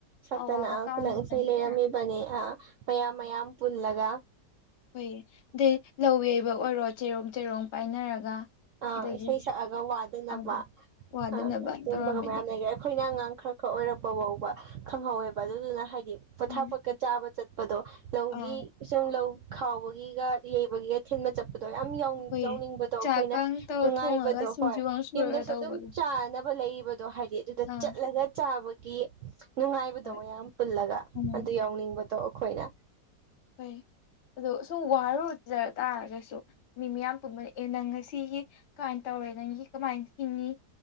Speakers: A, on the right; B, on the left.
A: ꯁꯛꯇꯅ
B: ꯑꯋꯥꯕ
A: ꯑ
B: ꯀꯥꯎꯅꯕꯅꯤꯅ
A: ꯈꯨꯂꯪ ꯏꯁꯩ ꯂꯩꯔꯝꯃꯤꯕꯅꯤ ꯑ ꯃꯌꯥꯝ ꯃꯌꯥꯝ ꯄꯨꯜꯂꯒ
B: ꯍꯣꯏꯌꯦ ꯑꯗꯩ ꯂꯧ ꯌꯩꯕ ꯑꯣꯏꯔꯣ ꯆꯦꯔꯣꯡ ꯆꯦꯔꯣꯡ ꯄꯥꯏꯅꯔꯒ
A: ꯑꯥ
B: ꯑꯗꯒꯤ
A: ꯏꯁꯩ ꯁꯛꯑꯒ ꯋꯥꯗꯅꯕ
B: ꯑꯥ ꯋꯥꯗꯅꯕ
A: ꯑ ꯑꯗꯨꯝꯕꯒ
B: ꯇꯧꯔꯝꯃꯤꯅꯤ
A: ꯃꯌꯥꯝ ꯂꯩꯈ꯭ꯔꯦ ꯑꯩꯈꯣꯏꯅ ꯑꯉꯥꯡ ꯈꯔ ꯈꯔ ꯑꯣꯏꯔꯛꯄ ꯐꯥꯎꯕ ꯈꯪꯍꯧꯋꯦꯕ ꯑꯗꯨꯗꯨꯅ ꯍꯥꯏꯗꯤ ꯄꯣꯊꯥ
B: ꯎꯝ
A: ꯄꯣꯠꯀ ꯆꯥꯕ ꯆꯠꯄꯗꯣ ꯂꯧꯒꯤ
B: ꯑꯥ
A: ꯁꯨꯝ ꯂꯧ ꯈꯥꯎꯕꯒꯤꯒ ꯌꯩꯕꯒꯤꯒ ꯊꯤꯟꯕ ꯆꯠꯄ ꯑꯗꯣ ꯌꯥꯝ
B: ꯑꯩꯈꯣꯏ
A: ꯌꯥꯎꯅꯤꯡꯕꯗꯣ ꯑꯩꯈꯣꯏꯅ
B: ꯆꯥꯛꯀ ꯇꯧ
A: ꯅꯨꯡꯉꯥꯏꯕꯗꯣ
B: ꯊꯣꯡꯉꯒ ꯁꯤꯡꯖꯨꯒ
A: ꯍꯣꯏ
B: ꯁꯨꯔꯒ
A: ꯌꯨꯝꯗꯁꯨ
B: ꯇꯧꯕꯗꯣ
A: ꯑꯗꯨꯝ ꯆꯥꯅꯕ ꯂꯩꯔꯤꯕꯗꯣ ꯍꯥꯏꯗꯤ ꯑꯗꯨꯗ
B: ꯑꯥ
A: ꯆꯠꯂꯒ ꯆꯥꯕ ꯅꯨꯡꯉꯥꯏꯕꯗꯣ
B: ꯍꯣꯏ
A: ꯃꯌꯥꯝ ꯄꯨꯜꯂꯒ
B: ꯎꯝ
A: ꯑꯗꯨ ꯌꯥꯎꯅꯤꯡꯕꯗꯣ ꯑꯩꯈꯣꯏꯅ
B: ꯍꯣꯏ ꯑꯣ ꯁꯨꯝ ꯋꯥꯔꯨ ꯖ ꯇꯥꯔꯒꯁꯨ ꯃꯤ ꯃꯤꯌꯥꯝ ꯄꯨꯟꯕꯂ ꯑꯦ ꯅꯪ ꯉꯁꯤꯒꯤ ꯀꯃꯥꯏꯅ ꯇꯧꯔꯦ ꯅꯪꯒꯤ ꯀꯃꯥꯏꯅ ꯍꯤꯡꯉꯤ